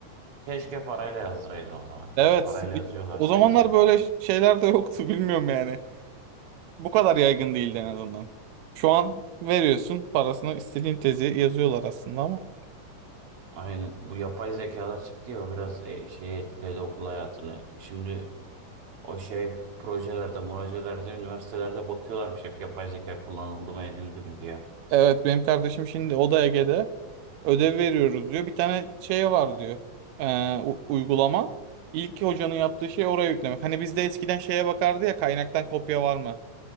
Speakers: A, on the right (about 60°); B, on the right (about 75°).
A: keşke parayla yazdıraydın o zaman ya.
B: Evet.
A: Parayla yazıyorlar
B: O
A: sanki.
B: zamanlar böyle şeyler de yoktu bilmiyorum yani. Bu kadar yaygın değildi en azından. Şu an veriyorsun parasını istediğin tezi yazıyorlar aslında ama.
A: Aynen. Bu yapay zekalar çıktı ya o biraz e, şeyi etkiledi okul hayatını. Şimdi o şey projelerde, projelerde, üniversitelerde bakıyorlarmış hep yapay zeka kullanıldı mı edildi mi diye.
B: Evet benim kardeşim şimdi o da Ege'de ödev veriyoruz diyor. Bir tane şey var diyor. Ee, u- uygulama. İlk hocanın yaptığı şey oraya yüklemek. Hani bizde eskiden şeye bakardı ya kaynaktan kopya var mı?